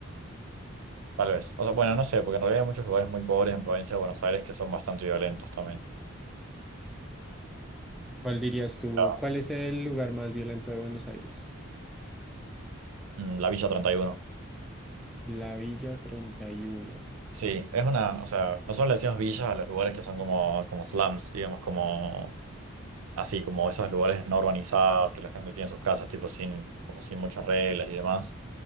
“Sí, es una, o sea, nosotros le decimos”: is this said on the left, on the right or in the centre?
Right